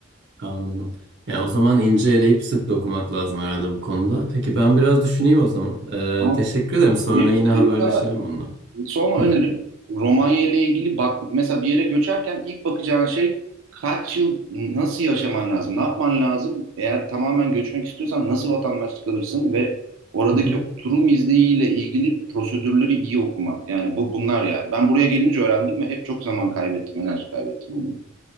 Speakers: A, on the right; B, on the right.
A: Anladım. Ya o zaman ince eleyip sık dokumak lazım herhalde bu konuda. Peki ben biraz düşüneyim o zaman. Ee,
B: Ama
A: teşekkür ederim. Sonra
B: benim,
A: yine haberleşelim
B: benim sana
A: bununla.
B: Son
A: Hı
B: önerim Romanya ile ilgili bak mesela bir yere göçerken ilk bakacağın şey kaç yıl nasıl yaşaman lazım? Ne yapman lazım? Eğer tamamen göçmek istiyorsan nasıl vatandaşlık alırsın ve oradaki
A: hı, hı
B: oturum izniyle ilgili prosedürleri iyi okuman. Yani bu bunlar yani. Ben buraya gelince öğrendim ve hep çok zaman kaybettim, enerji kaybettim bundan.